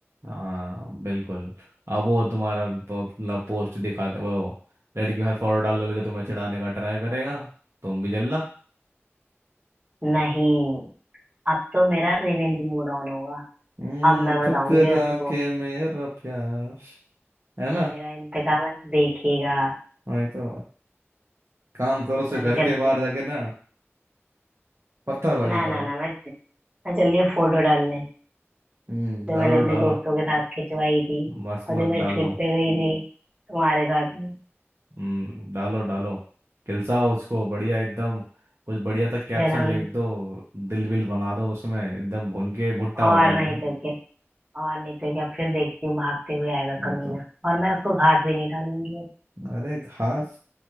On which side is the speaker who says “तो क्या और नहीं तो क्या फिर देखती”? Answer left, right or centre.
Right